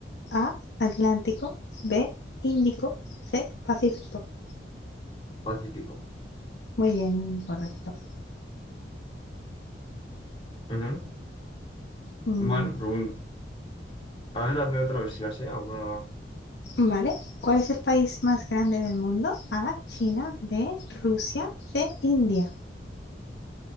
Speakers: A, on the left; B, on the left.
A: A, Atlántico, B, Índico, C, Pacífico.
B: Pacífico.
A: Muy bien, correcto.
B: Ujú.
A: Mm,
B: Bueno, pregun- a ver, hazme otra vez si la sé. Alguna...
A: Vale, ¿cuál es el país más grande del mundo? A, China, B, Rusia, C, India.